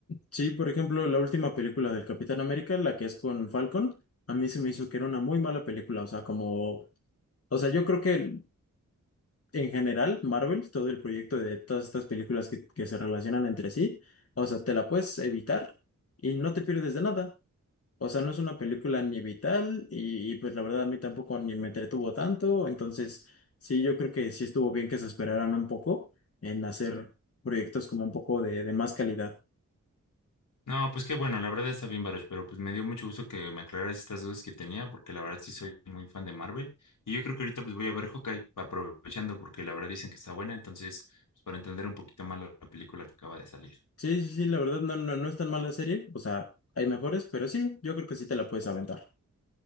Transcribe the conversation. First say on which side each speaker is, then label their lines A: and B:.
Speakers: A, on the left; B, on the left.
A: Sí, por ejemplo, la última película del Capitán América, la que es con Falcon, a mí se me hizo que era una muy mala película. O sea, como, o sea, yo creo que en general Marvel, todo el proyecto de todas estas películas que, que se relacionan entre sí, o sea, te la puedes evitar y no te pierdes de nada. O sea, no es una película ni vital y, y, pues la verdad a mí tampoco ni me entretuvo tanto. Entonces, sí, yo creo que sí estuvo bien que se esperaran un poco en hacer proyectos como un poco de, de más calidad.
B: No, pues qué bueno, la verdad está bien, Baruch, pero pues me dio mucho gusto que me aclararas estas dudas que tenía, porque la verdad sí soy muy fan de Marvel. Y yo creo que ahorita pues voy a ver Hawkeye aprovechando, porque la verdad dicen que está buena, entonces, pues para entender un poquito más la la película que acaba de salir.
A: Sí, sí, sí, la verdad no, no, no es tan mala serie. O sea, hay mejores, pero sí, yo creo que sí te la puedes aventar.